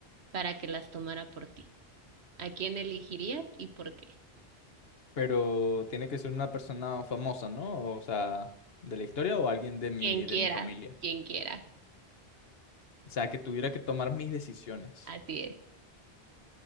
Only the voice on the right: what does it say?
para que las tomara por ti? ¿A quién elegirías y por qué?
Quien quieras,
quien quieras.
Así es.